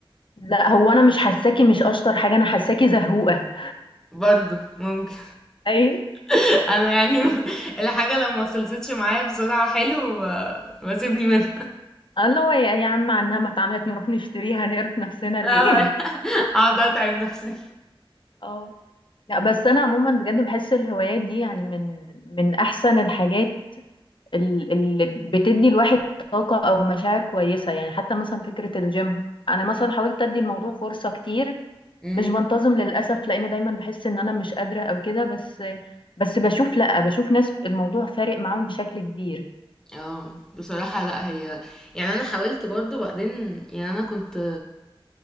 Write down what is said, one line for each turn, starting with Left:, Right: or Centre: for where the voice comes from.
Left: لا هو انا مش حاساكي مش اشطر حاجة انا حاساكي زهوقة
Centre: برضه ممكن
Left: اي
Centre: <laughs> أنا يعني <laughs> الحاجة لما خلصتش معايا بسرعة حلو ب- بسيبني منها
Left: الله هو يا يا عم عنها ما اتعملت نروح نشتريها نقرف نفسنا ليه
Centre: اه اقعد اتعب نفسي
Left: <laughs> اه لا بس انا عموما بجد بحس الهوايات دي يعني من من احسن الحاجات ال- اللي بتدي الواحد طاقة او مشاعر كويسة يعني حتى مثلا فكرة الجيم انا مثلا حاولت ادي الموضوع فرصة كتير
Centre: امم
Left: مش بنتظم للأسف لأن دايما بحس إن أنا مش قادرة أو كده بس بس بشوف لأ بشوف ناس الموضوع فارق معاهم بشكل كبير
Centre: اه بصراحة لا هي يعني انا حاولت برضو بعدين يعني انا كنت